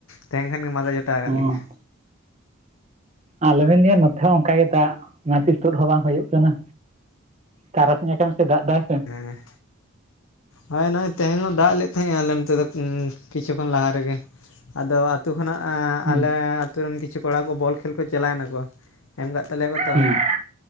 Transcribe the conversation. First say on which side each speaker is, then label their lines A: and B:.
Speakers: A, on the left; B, on the right.
A: ᱛᱟᱦᱮᱧ ᱠᱷᱟᱱ ᱜᱮ ᱢᱟᱸᱫᱟ ᱡᱚᱴᱟᱣ ᱠᱟᱫ
B: ᱚ
A: ᱞᱤᱧᱟᱹ᱾
B: ᱟᱞᱚᱵᱤᱱ ᱞᱟᱹᱭᱟ ᱱᱚᱛᱷᱮ ᱦᱚᱸ ᱚᱱᱠᱟ ᱜᱮ ᱫᱟᱜ ᱚᱱᱟᱛᱮ ᱛᱩᱫ ᱦᱚᱸ ᱵᱟᱝ ᱦᱩᱭᱩᱜ ᱠᱟᱱᱟ ᱛᱟᱨᱟ ᱱᱟᱥᱮ ᱱᱟᱥᱮ ᱫᱟᱜ ᱫᱟᱭ ᱥᱮ
A: ᱦᱮᱸ ᱦᱳᱭ ᱱᱚᱜᱼᱚᱭ ᱛᱮᱦᱮᱧ ᱦᱚᱸ ᱫᱟᱜ ᱞᱮᱫ ᱛᱟᱦᱮᱸ ᱟᱭ ᱟᱞᱮ ᱱᱚᱛᱮ ᱫᱚ ᱠᱤᱪᱷᱩ ᱠᱷᱚᱱ ᱞᱟᱦᱟ ᱨᱮᱜᱮ᱾ ᱟᱫᱚ ᱟᱛᱳ ᱠᱷᱚᱱᱟᱜ ᱟᱸ
B: ᱦᱩᱸ
A: ᱟᱞᱮ ᱟᱹᱛᱩ ᱨᱮᱱ ᱠᱤᱪᱷᱩ ᱠᱚᱲᱟ ᱠᱚ ᱵᱚᱞ ᱠᱷᱮᱞ ᱠᱚ ᱪᱟᱞᱟᱭᱱᱟᱠᱚ᱾ ᱮᱢ ᱠᱟᱫ ᱛᱟᱞᱮᱭᱟᱠᱚ ᱛᱚ᱾
B: ᱦᱩᱸ